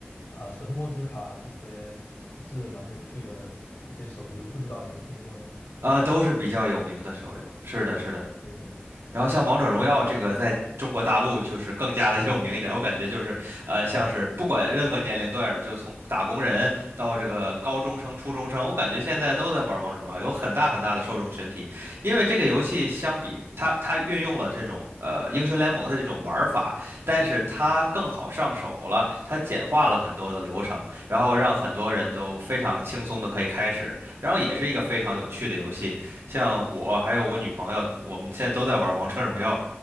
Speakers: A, on the left (about 80°); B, on the right (about 85°).
A: 啊，神魔之塔这些也是蛮有趣的啊、呃一些手游，不知道有没有听过呢？
B: 呃，都是比较有名的手游。是的，是的，
A: 对对
B: 然后像王者荣耀这个，在中国大陆就是更加的有名一点我感觉就是，呃，像是不管任何年龄段儿，就从打工人到这个高中生、初中生，我感觉现在都在玩王者荣耀，有很大很大的受众群体。因为这个游戏相比它，它运用了这种呃英雄联盟的这种玩法，但是它更好上手了，
A: 对，
B: 它简化了很多的流程，然后让很多人都非常轻松的可以开始，然后也是一个非常有趣的游戏。像我还有我女朋友，我们现在都在玩王者荣耀。